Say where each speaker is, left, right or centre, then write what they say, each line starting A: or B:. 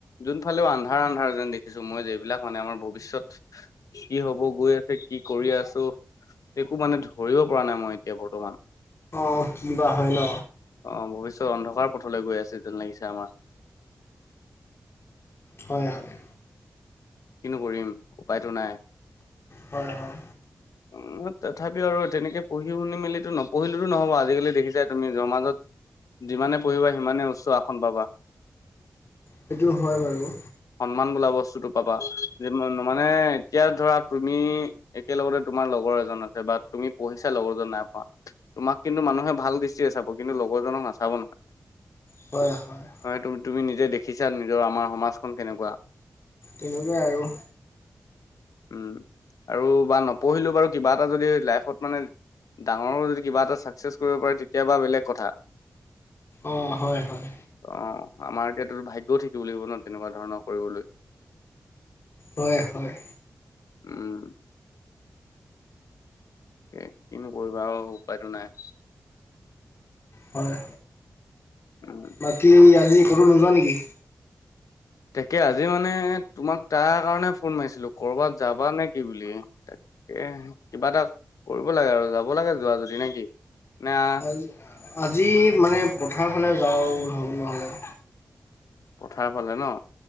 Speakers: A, on the left; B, on the left.
A: যোনফালেও আন্ধাৰ আন্ধাৰ যেন দেখিছো মই যিবিলাক মানে আমাৰ ভৱিষ্যত। কি হব গৈ আছে কি কৰি আছো? একো মানে ধৰিব পৰা নাই মই এতিয়া বৰ্তমান।
B: অঁ, কি বা হয় ন?
A: অঁ ভৱিষ্যত অন্ধকাৰ পথলে গৈ আছে যেন লাগিছে আমাৰ।
B: হয় হয়।
A: কিনো কৰিম উপায়টো নাই।
B: হয় হয়
A: উম তথাপিও আৰু তেনেকে পঢ়ি শুনি মেলিটো নপঢ়িলেও নহ'ব আজিকালি দেখিছাই তুমি সমাজত- যিমানে পঢ়িবা সিমানে উচ্চ আসন পাবা।
B: সেইটো হয় বাৰু।
A: সন্মান বোলা বস্তুটো পাবা মানে এতিয়া ধৰা, তুমি- একেলগতে তোমাৰ লগৰ এজন আছে বা তুমি পঢ়িছা লগৰজন নাই পঢ়া। তোমাক কিন্তু মানুহে ভাল দৃষ্টিৰে চাব, কিন্তু লগৰজনক নাচাব নহয়।
B: হয় হয়।
A: হয়, তুমি নিজে দেখিছা নিজৰ আমাৰ সমাজখন কেনেকুৱা?
B: তেনেকুৱাই আৰু।
A: উম, আৰু বা নপঢ়িলেও বাৰু কিবা এটা যদি লাইফত মানে- ডাঙৰো যদি কিবা এটা ছাকচেছ কৰিব পাৰে তেতিয়াবা বেলেগ কথা।
B: অঁ' হয় হয়।
A: অঁ' আমাৰ এতিয়াতো ভাগ্যও থাকিব লাগিব ন' তেনেকুৱা ধৰণৰ কৰিবলৈ।
B: হয় হয়।
A: উম' এ কিনো কৰিবা আও উপায়টো নাই।
B: হয়।
A: উম'
B: বাকী আজি ক'তো নোযোৱা নেকি?
A: তাকে, আজি মানে তোমাক তাৰ কাৰণে ফোন মাৰিছিলো কৰবাত যাবা নে কি বুলি? এহঁ কিবা এটা কৰিব লাগে আৰু যাব লাগে যোৱা যদি নে কি? না-
B: আজি আজি মানে পথাৰ ফালে যাওঁ হ'ব নহ'লে।
A: পথাৰ ফালে ন।